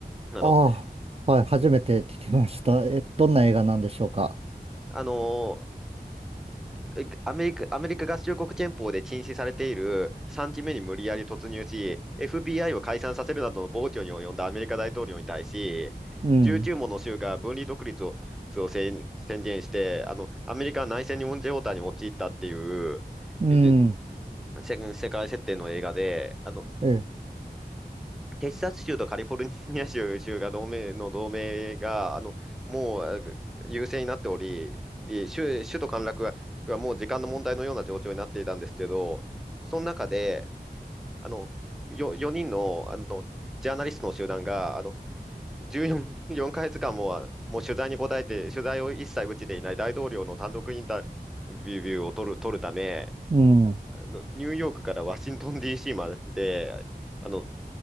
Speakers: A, in the centre; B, on the right (about 35°).
A: あの、
B: ああ、はい。初めて聞きました。え、どんな映画なんでしょうか
A: あの、えアメリカ、アメリカ合衆国憲法で禁止されている3期目に無理やり突入し、FBI を解散させるなどの暴挙に及んだアメリカ大統領に対し、
B: うん。
A: 19もの州が分離独立を、を宣宣言して、あの、アメリカは内戦にオンジェオーターに陥ったっていう、
B: うん。
A: で、世世界設定の映画で、あの、
B: え、
A: テキサス州とカリフォルニア州、州が同盟の同盟が、あの、もうあ優勢になっており、え州、州都陥落が、がもう時間の問題のような状況になっていたんですけど、その中で、あの、よ、4人の、あの、ジャーナリストの集団が、あの、14、4ヶ月間も、あもう取材に答えて、取材を一切打ちていない大統領の単独インタビューを取る、取るため、
B: うん。
A: あの、ニューヨークからワシントン DC まで、あの、